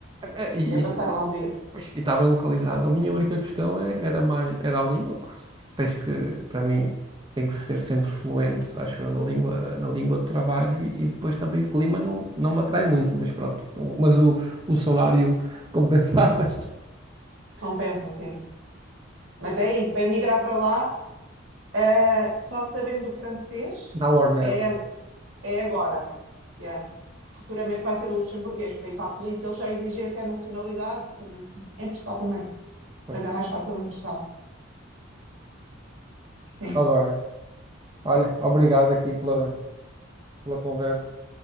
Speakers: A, on the right (about 25°); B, on the right (about 80°).
A: É, é, E
B: é passar lá um dia.
A: está bem localizado. A minha única questão é- era mais, era a língua. pá. Tens que, para mim, tem que ser sempre fluente, acho eu, na língua, na língua de trabalho e, e depois também o clima não, não me atrai muito, mas pronto. O- Mas o, o salário compensava. <laughs>
B: Compensa, sim. Mas é isso, para emigrar para lá, eh, só sabendo o francês
A: Now or never.
B: é, é agora. Yeah. Porque futuramente vai ser o luxemburguês. Para ir para a polícia, eles já exigem até nacionalidades e coisas assim. Em Portugal também.
A: Pois.
B: Mas é mais fácil em Portugal. Sim.
A: Está bem. Olha, obrigado aqui pela, pela conversa.